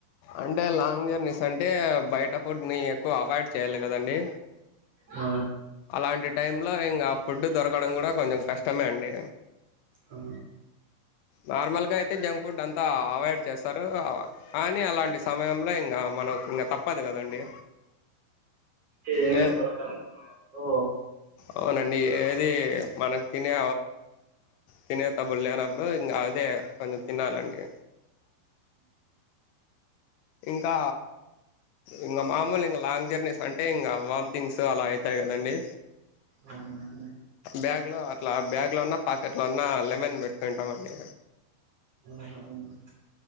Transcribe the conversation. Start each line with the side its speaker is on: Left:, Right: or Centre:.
Left: అంటే లాంగ్ జర్నీస్ అంటే బయట ఫుడ్ ని ఎక్కువ అవాయిడ్ చెయ్యాలి కదండి
Right: ఆ
Left: అలాంటి టైం లో ఇంగా ఫుడ్డు దొరకడం కూడా కొంచెం కష్టమే అండి
Right: ఆ
Left: నార్మల్ గా ఐతే జం ఫుడ్ అంతా అవాయిడ్ చేస్తారు కానీ అలాంటి సమయంలో ఇంకా మనకు ఇంకా తప్పదు కదండి
Right: ఏమి
Left: ఏ
Right: దొరకని సమయంలో
Left: అవునండి ఏ ఇది మనకు తినే తినే తబులు లేనప్పుడు ఇంకా అదే కొంచెం తినాలండి ఇంకా ఇంకా మామూలు ఇంకా లాంగ్ జర్నీస్ అంటే ఇంగ వాంథింగ్స్ అలా అవుతాయి కదండీ.
Right: ఆ,
Left: బ్యాగ్లో అట్లా బ్యాగ్లో ఉన్న పాకెట్లో ఉన్న లెమన్ పెట్టుకుంటామండి
Right: ఆ, ఆ,